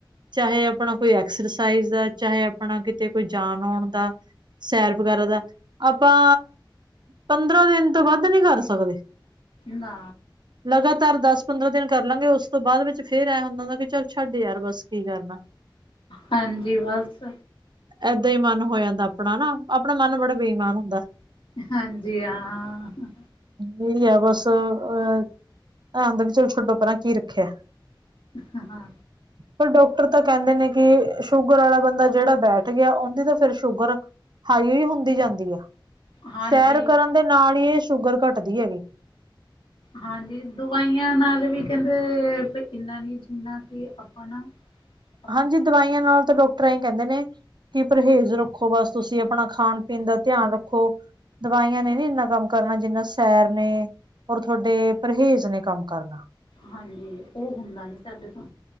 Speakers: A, on the right; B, on the left.
A: ਚਾਹੇ ਆਪਣਾ ਕੋਈ ਐਕਸਰਸਾਈਜ਼ ਦਾ ਚਾਹੇ ਆਪਣਾ ਕਿਤੇ ਕੋਈ ਜਾਨ ਆਉਣ ਦਾ ਸੈਰ ਵਗੈਰਾ ਦਾ ਆਪਾਂ ਪੰਦਰਾਂ ਦਿਨ ਤੋਂ ਵੱਧ ਨਹੀਂ ਕਰ ਸਕਦੇ।
B: ਨਾ
A: ਲਗਾਤਾਰ ਦਸ ਪੰਦਰਾਂ ਦਿਨ ਕਰ ਲਾਂਗੇ ਉਸ ਤੋਂ ਬਾਅਦ ਵਿੱਚ ਫੇਰ ਐਂ ਹੁੰਦਾ ਹੁੰਦਾ ਕਿ ਚੱਲ ਛੱਡ ਯਾਰ ਬਸ ਕੀ ਕਰਨਾ
B: ਹਾਂਜੀ, ਬਸ
A: ਏਦਾਂ ਹੀ ਮਨ ਹੋ ਜਾਂਦਾ ਆਪਣਾ ਨਾ ਆਪਣਾ ਮਨ ਬੜਾ ਬੇਈਮਾਨ ਹੁੰਦਾ।
B: ਹਾਂਜੀ ਹਾਂ
A: ਵੀ ਆ ਬਸ ਅਹ ਐ ਹੁੰਦਾ ਵੀ ਚਲੋ ਛਡੋ ਪਰਾਂ ਕੀ ਰੱਖਿਆ
B: ਹਾਂ, ਹਾਂ
A: ਪਰ ਡਾਕਟਰ ਤਾਂ ਕਹਿੰਦੇ ਨੇ ਕਿ ਸ਼ੂਗਰ ਵਾਲਾ ਬੰਦਾ ਜਿਹੜਾ ਬੈਠ ਗਿਆ ਉਹਦੀ ਤਾਂ ਫਿਰ ਸ਼ੂਗਰ ਹਾਈਈ ਹੁੰਦੀ ਜਾਂਦੀ ਆ
B: ਹਾਂਜੀ
A: ਸੈਰ ਕਰਨ ਦੇ ਨਾਲ ਹੀ ਇਹ ਸ਼ੂਗਰ ਘੱਟਦੀ ਹੈਗੀ।
B: ਹਾਂਜੀ, ਦਵਾਈਆਂ ਨਾਲ ਵੀ ਕਹਿੰਦੇ ਇੰਨਾ ਨੀ ਜਿੰਨਾ ਕਿ ਆਪਾਂ ਨਾ <unintelligible>
A: ਹਾਂਜੀ, ਦਵਾਈਆਂ ਨਾਲ ਤਾਂ ਡਾਕਟਰ ਇਹ ਕਹਿੰਦੇ ਨੇ ਕਿ ਪਰਹੇਜ਼ ਰੱਖੋ ਬਸ ਤੁਸੀਂ ਆਪਣਾ ਖਾਣ ਪੀਣ ਦਾ ਧਿਆਨ ਰੱਖੋ ਦਵਾਈਆਂ ਨੇ ਨੀ ਇੰਨਾ ਕੰਮ ਕਰਨਾ ਜਿੰਨਾ ਸੈਰ ਨੇ ਔਰ ਤੁਹਾਡੇ ਪਰਹੇਜ਼ ਨੇ ਕੰਮ ਕਰਨਾ।
B: ਹਾਂਜੀ ਉਹ ਹੁੰਦਾ ਨੀ ਸਾਡੇ ਤੋਂ